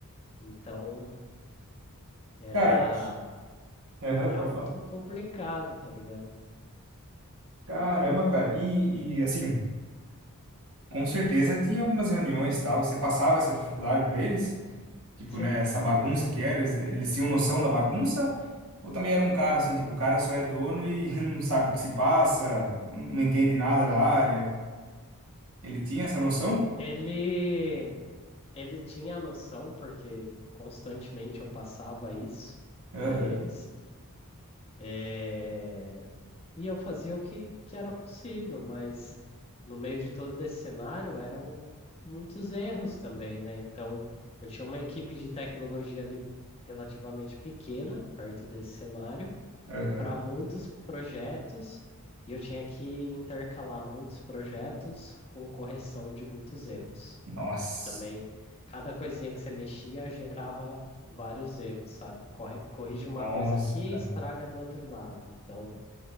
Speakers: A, on the left; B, on the right.
A: Então, era,
B: Cara, aham,
A: era
B: pode
A: muito
B: falar.
A: complicado, tá ligado?
B: Caramba, cara. E, e, assim, com certeza tinha algumas reuniões e tal. E você passava essa dificuldade pra eles? Tipo,
A: Sim.
B: né, essa bagunça que era, eles, eles tinham noção da bagunça? Ou também era um cara assim, tipo, o cara só é dono e <laughs> não sabe o que se passa, não entende nada da área? Ele tinha essa noção?
A: Ele, Ele tinha a noção, porque constantemente eu passava isso para
B: Aham,
A: eles, eh, e eu fazia o que, que era possível, mas no meio de todo esse cenário eram muitos erros também, né? Então eu tinha uma equipe de tecnologia ali relativamente pequena, perto desse cenário
B: aham.
A: para muitos projetos e eu tinha que intercalar muitos projetos com correção de muitos erros.
B: Nossa,
A: E também, cada coisinha que você mexia gerava vários erros, sabe? Corre- corrige uma
B: nossa,
A: coisa aqui
B: cara.
A: e estraga do outro lado. Então,